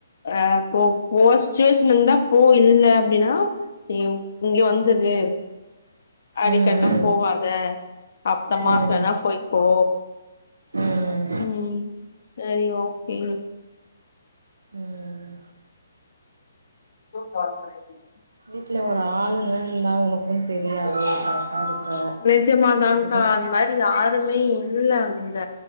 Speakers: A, on the left (about 60°); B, on the right (about 75°).
A: அ போ போஸ் சுஸ்வேஷன் இருந்தா போ இல்ல அப்டின்னா நீ இங்க வந்துரு அடிக்கல்லாம்
B: ம் ம்
A: போவாத அத்த மாசம்
B: ம்
A: வேணா போய்கோ
B: ம்
A: ம் செரி ஓகே
B: ம்
A: <unintelligible>
B: வீட்ல ஒரு ஆளுங்க இருந்த உனக்கு தெரியாது கரெக்டா இருப்ப
A: நிஜமாதான்கா
B: அதுவு
A: அந்த மாரி யாருமே இல் இல்ல அங்க